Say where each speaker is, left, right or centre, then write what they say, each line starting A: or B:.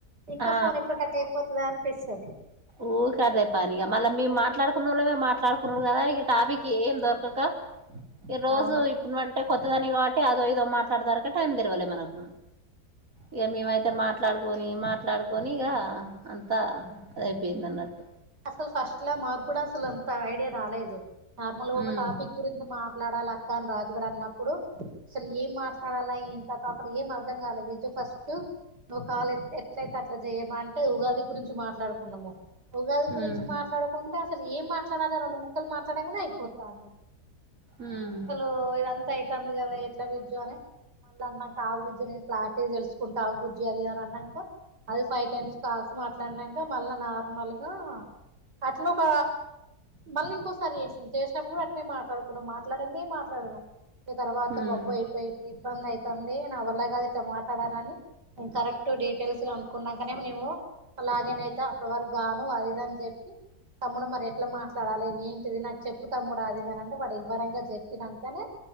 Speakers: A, on the right; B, on the right.
A: ఇంకా
B: ఆ
A: ఫోన్ ఎప్పుడు కట్ అయిపోతుందా అనిపిస్తుంది
B: ఊ కదే పనిగా మళ్ళీ మేము మాటాడుకున్నళ్ళు మేము మాట్లాడుకున్డు కదా ఇక టాపిక్ ఏం దొరకక ఈ రోజు
A: అవును
B: ఇప్పుడుంటే కొత్త దాని కాబట్టి అదో ఇదో మాట్లాడతక టైం తిరవాలి మనకు ఇగ మేమైతే మాట్లాడుకొని మాట్లాడుకొని ఇగ అంతా అదయిపోయింది అన్నట్టు
A: అసలు ఫస్ట్ లా మాకు కూడా అసలు అంత ఐడియా రాలేదు నార్మల్ గా ఒక
B: ఉమ్
A: టాపిక్ గురించి మా మాట్లాడాలి అక్క అని రాజు కూడా అన్నప్పుడు అసలు ఏం మాట్లాడాలి ఎం కథ అసలు ఏం అర్థం కాలేదు ఫస్ట్ నువ్వు కాలు ఎట్లయితే అట్లా చేయమా అంటే ఉగాది గురించి మాట్లాడుకున్నాము ఉగా గురించి
B: ఉమ్
A: మాట్లాడుకుంటే అసలు ఏం మాట్లాడాలలో రెండు ముక్కలు మాట్లాడనే అయిపోతాంది
B: ఉమ్
A: అసలు ఇదంతా అవుతుంది కదా ఎట్లా విజు అని మళ్ళీ అన్నాక ఆబుజ్జినే క్లారిటీ తెలుసుకుంటా ఆగు బుజ్జి అది ఇది అన్నాంక అది ఫైవ్ టైమ్స్ కాల్సి మాట్లాడినాక మళ్ళా నార్మల్ గా అట్లా ఒక మళ్ళీ ఇంకోసారి చేసింది చేసినప్పుడు అట్నే మాట్లాడుకున్నాం మాట్లాడ తప్పదు గా ఈ తర్వాత
B: ఉమ్
A: బొబ్బు అయిపోయి ఇబ్బంది ఐతంది నా వల్ల కాదు ఇట్లా మాట్లాడాలని నేను కరెక్ట్ డీటెయిల్స్ గానుకున్నాకానే మేము అలాగేనయితే అప్పటి వరకు గాను అదిఇదని చెప్పి తమ్ముడు మరి ఎట్లా మాట్లాడాలి ఏంటిది నాకు చెప్పు తమ్ముడు అది అని అంటే వాడు ఇవరంగా చెప్పినాకనే